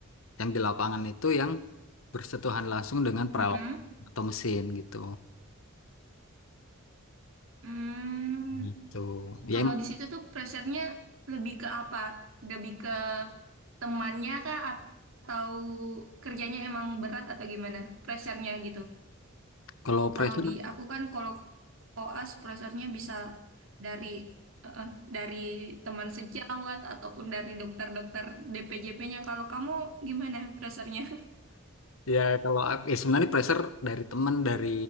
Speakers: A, on the left; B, on the right.
A: yang di lapangan itu yang bersentuhan langsung dengan peralatan
B: mm-mm.
A: atau mesin gitu.
B: Hmm.
A: Gitu.
B: Kalau
A: Ya emang
B: di situ tuh pressure-nya lebih ke apa? Lebih ke temannya kah atau kerjanya emang berat atau gimana? Pressure-nya gitu.
A: kalau
B: Kalau
A: pressure
B: di aku kan kalau koas browsernya bisa dari eh, eh, dari teman sejawat ataupun dari dokter-dokter DPJP-nya. Kalau kamu gimana browsernya? <laughs>
A: ya kalau aku- ya sebenarnya pressure dari teman, dari